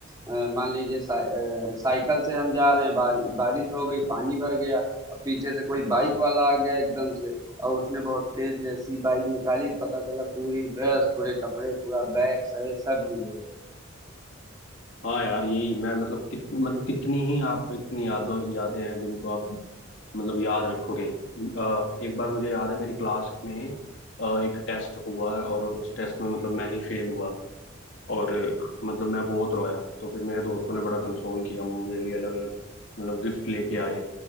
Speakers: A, on the right (about 20°); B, on the left (about 60°).
A: अ, मान लीजिए साइ अ, साइकिल से हम जा रहे हैं बारि बारिश हो गई, पानी भर गया, अब पीछे से कोई बाइक वाला आ गया एकदम से और उसने बहुत तेज जैसी बाइक निकाली पता चला पूरी ड्रेस, पूरे कपड़े, पूरा बैग सहित सब गीले हो गए।
B: हाँ यार यही मैं मतलब कित, मतलब कितनी ही आप इतनी यादों यादें हैं जिनको आप मतलब याद रखोगे अ, एक बार मुझे याद है मेरी क्लास में अ, एक टेस्ट हुआ और उस टेस्ट में मतलब मैं ही फेल हुआ और अ, मतलब मैं बहुत रोया तो फिर मेरे दोस्तों ने बड़ा कंसोल किया मेरे लिए अलग अलग मतलब गिफ्ट लेके आए